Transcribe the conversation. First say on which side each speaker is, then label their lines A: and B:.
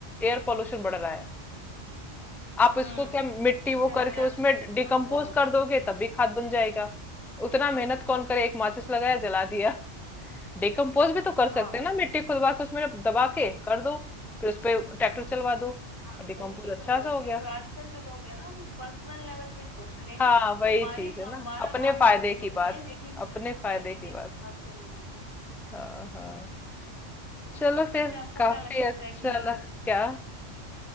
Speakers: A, in the centre; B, on the left.
A: एयर पोल्यूशन बढ़ रहा है आप इसको
B: हम्म
A: क्या मिट्टी
B: उससे
A: वो
B: हमारे
A: करके
B: आसपास
A: उसमें
B: कितना
A: डिकम्पोज
B: धुआं हो रहा
A: कर
B: है
A: दोगे तब भी खाद बन जाएगा उतना मेहनत कौन करे एक माचिस लगाया जला दिया डिकम्पोज भी तो कर
B: हाँ
A: सकते हैं ना मिट्टी खुदवा के उसमें दबा के कर दो फिर उस पे ट्रैक्टर चलवा दो
B: हाँ,
A: डिकम्पोज
B: उन चीज़
A: अच्छा
B: हो जाती
A: सा हो गया
B: है तो आजकल जो लोग हैं ना वो पर्सनल लेवल पे सोचते
A: हाँ
B: हैं
A: वही
B: हमारे
A: चीज है
B: का
A: ना
B: हमारा
A: अपने
B: काम
A: फायदे
B: जल्दी
A: की
B: हो
A: बात
B: जाए लेकिन
A: अपने
B: सोसाइटी
A: फायदे
B: के
A: की बात
B: हिसाब से नहीं देखते
A: हाँ हाँ
B: हम्म तो
A: चलो फिर
B: वैसे आपको
A: काफ़ी
B: क्या लगता
A: अच्छा
B: है कि
A: लग क्या?